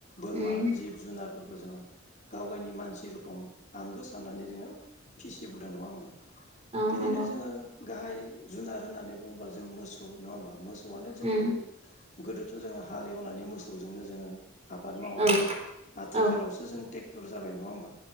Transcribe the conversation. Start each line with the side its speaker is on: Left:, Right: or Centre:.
Left: बोरमा
Right: उम
Left: जिब जुनारफोरखौ जोङो गाव गायनि मानसि रोखोम आंगो साननानै जोङो फिसिबोदों नङा होमबा? बिदिनो
Right: औ नंगौ
Left: जोङो गाहाय जुनार होननानै बुङोब्ला जों मोसौ नङा होमब? मोस मोसौआनो जोंखौ
Right: उम
Left: गोदोथ' जोङो हालेवनानै मोसौजोंनो जोङो आबाद मावोमोन
Right: औ
Left: आथिखालावसो
Right: औ
Left: जों टेक्टर जाबाय नङा होमबा